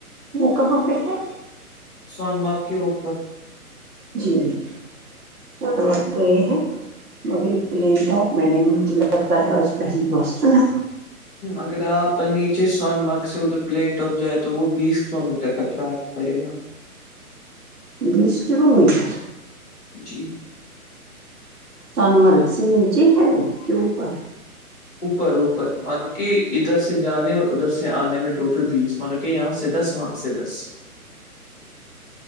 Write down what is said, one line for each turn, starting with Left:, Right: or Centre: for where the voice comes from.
Right: وہ کہاں پہ ہے
Centre: سونما کے اوپر
Right: جی نہیں گئے ہیں مگر یہ پلین ٹاپ میں نے مجھے لگتا ہے آج پہلی بار س نا
Centre: اگر آپ نیچے سون مارگ سے ادھر پلین ٹاپ جائے تو وہ بیس کلو میٹر کا ٹریک پڑے گا
Right: بیس کلو میٹر
Centre: جی
Right: سنمرگ سے نیچے ہے وہ کے اوپر
Centre: اوپر اوپر مانو کہ ادھر سے جانے اور ادھر سے آنے میں ٹوٹل بیس م کے یہاں سھس ص سدھس